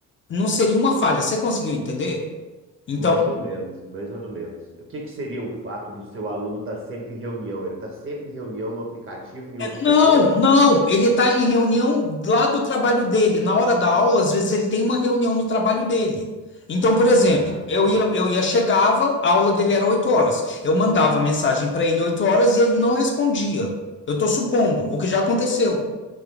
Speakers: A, on the left; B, on the right.
A: não seria uma falha. Você conseguiu entender? Então,
B: Mais ou menos, mais ou menos. O que que seria o fato do seu aluno estar sempre em reunião? Ele está sempre em reunião no aplicativo, em outros
A: não,
B: setores?
A: não, ele está em reunião lá do trabalho dele. Na hora da aula, às vezes ele tem uma reunião no trabalho dele. Então, por exemplo,
B: Ah,
A: eu
B: tá.
A: ia, eu ia chegava, a aula dele era 8 horas. Eu mandava mensagem para ele 8 horas e ele não respondia. Eu estou supondo, o que já aconteceu.